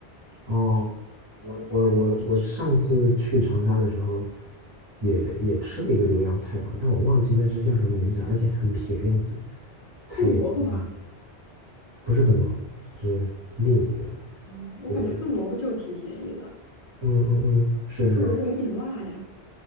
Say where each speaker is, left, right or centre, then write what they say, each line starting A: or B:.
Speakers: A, on the right; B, on the left.
A: 哦，我我我我上次去长沙的时候
B: 然后反正我去吃。
A: 也，也吃了一个浏阳菜馆，但我忘记那是叫什么名字，而且很便宜，菜也嗯
B: 笨萝卜吧，
A: 不是笨萝卜，是另一个，
B: 嗯，我感觉笨萝卜就挺便宜的，
A: 就是嗯嗯嗯，是是是，
B: 那笨萝卜有点辣呀，